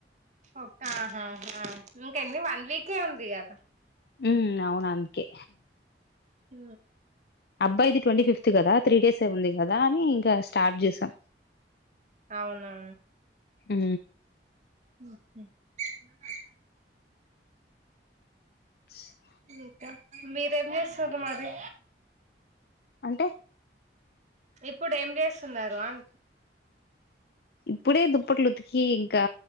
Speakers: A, on the right; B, on the left.
A: ఒక హ హ ఇంక ఎన్ని వన్ వీకే ఉంది కదా.
B: ఉ అవును అందకే
A: ఉ
B: అబ్బాయిది ట్వంటీ ఫిఫ్త్ కదా, త్రీ డేస్ ఉంది కదా అని ఇంకా స్టార్ట్ చేసాం.
A: అవునవును
B: ఉ
A: <inaudible> <unintelligible>
B: <unintelligible>
A: ఇంకా మీరేం చేస్తారు మరి
B: అంటే
A: ఇప్పుడు ఏం చేస్తున్నారు అం
B: ఇప్పుడే దుప్పట్లు ఉతికి ఇంకా